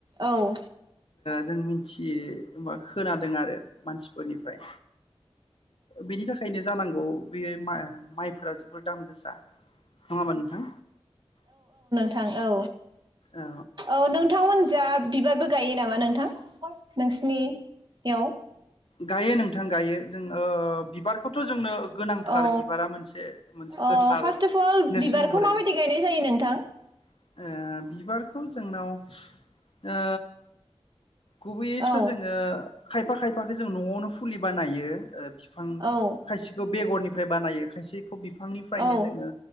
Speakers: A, on the right (about 45°); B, on the left (about 65°).
A: औ
B: जों मिन थि मा खोनादों आरो मानसिफोरनिफ्राय बेनि थाखायनो जानांगौ बे मा माइफोरा जोबोर दाम गोसा नङा होनबा नोंथां?
A: थां औ
B: औ
A: औ नोंथांमोन जा बिबारबो गायो नामा नोंथां? नोंसिनि याव?
B: गायो नोंथां गायो जोंनो बिबारखौथ' जोंनो गोनांथार
A: औ
B: बिबारा मोनसे मोनसे
A: औ
B: गोथार
A: फार्स्ट अफ अल
B: नेरसोन
A: बिबारखौ
B: महरै
A: माबायदि
B: ओ
A: गायनाय जायो नोंथां
B: बिबारखौ जोंनाव ओ गुबैयैथ'
A: औ
B: जोङो खायफा खायफाखो जों न'आवनो फुलि बानायो फि फां
A: औ
B: खायसेखौ बेग'रनि फ्राय बानायो खायसे बिफांनिफ्रायनो
A: औ
B: जोङो